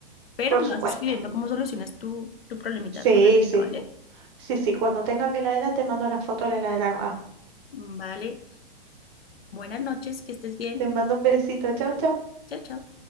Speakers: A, on the left (about 80°); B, on the right (about 30°).
A: Pero
B: por
A: me
B: supuesto.
A: vas escribiendo cómo solucionas tu, tu problemita
B: Sí,
A: con la nevera,
B: sí,
A: ¿vale?
B: sí, sí. Cuando tenga mi heladera te mando la foto de la heladera nueva.
A: Vale. Buenas noches, que estés bien.
B: Te mando un besito. Chau, chau.
A: Chao, chao.